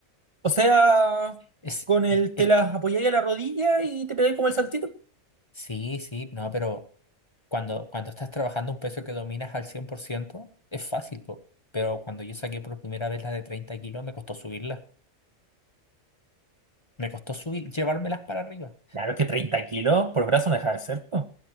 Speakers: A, on the right (about 35°); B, on the left (about 25°).
A: o sea,
B: Es,
A: con el te
B: es
A: las
B: que-
A: apoyáis a la rodilla y te pegáis como el saltito.
B: sí, sí, no, pero cuando, cuando estás trabajando un peso que dominas al 100% es fácil, po. Pero cuando yo saqué por primera vez la de 30 kilos, me costó subirla. Me costó subir, llevármelas para arriba.
A: Claro, es que 30 kilos por brazo no deja de ser, pues.